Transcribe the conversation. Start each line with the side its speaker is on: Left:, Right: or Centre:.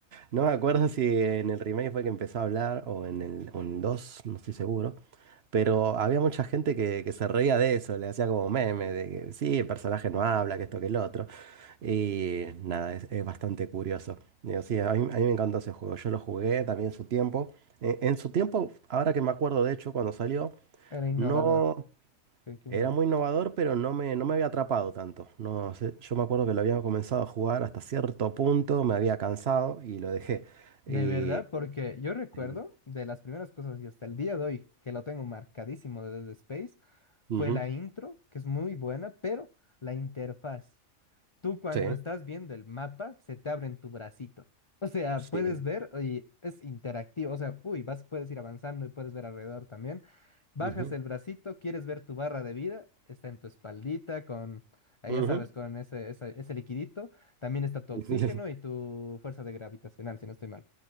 Right: No me acuerdo si en el remake fue que empezó a hablar o en el, o en el 2, no estoy seguro. Pero había mucha gente que, que se reía de eso, le hacía como meme, de que sí, el personaje no habla, que esto, que el otro. Y nada, es, es bastante curioso. Digo, sí, a mí, a mí me encantó ese juego, yo lo jugué también en su tiempo. En, en su tiempo, ahora que me acuerdo, de hecho, cuando salió,
Left: Era innovador.
Right: no
Left: Qué- qué innovador.
Right: era muy innovador, pero no me, no me había atrapado tanto. No sé, yo me acuerdo que lo había comenzado a jugar hasta cierto punto, me había cansado y lo dejé. Y,
Left: De verdad, porque yo recuerdo
Right: y-
Left: de las primeras cosas y hasta el día de hoy que lo tengo marcadísimo de Dead Space fue
Right: Ujú,
Left: la intro, que es muy buena, pero la interfaz tú cuando
Right: Sí,
Left: estás viendo el mapa, se te abre en tu bracito. O sea,
Right: sí.
Left: puedes ver y es interactivo. O sea, uy, vas, puedes ir avanzando y puedes ver alrededor también. Bajas
Right: ujú,
Left: el bracito, quieres ver tu barra de vida, está en tu espaldita con, eh,
Right: ujú.
Left: ya sabes, con ese, ese, ese liquidito. También está tu oxígeno
Right: <laughs>
Left: y tu fuerza de gravitacional, si no estoy mal.